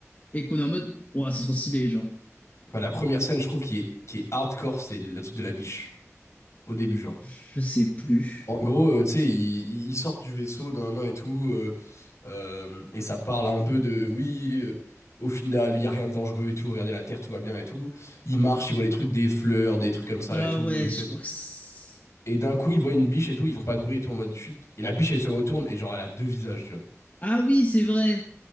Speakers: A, on the left (about 35°); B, on the left (about 65°).
A: et qu'on est en mode, ouah, c'est trop stylé, genre.
B: Bah, la première scène, je trouve, qui est, qui est hardcore, c'est le truc de la biche, au début, genre.
A: Je sais plus.
B: En gros, euh, tu sais, ils, ils sortent du vaisseau d'un nain et tout, euh, euh, et ça parle un peu de, oui, euh, au final, il y a rien de dangereux et tout, regardez la Terre, tout va bien et tout. Ils marchent, ils voient les trucs, des fleurs, des trucs comme ça
A: Ah
B: et tout.
A: ouais,
B: des faits.
A: je crois que c'est-
B: Et d'un coup, ils voient une biche et tout, ils font pas de bruit et tout, en mode chute. Et la biche, elle se retourne, et genre, elle a deux visages, tu vois.
A: Ah oui, c'est vrai.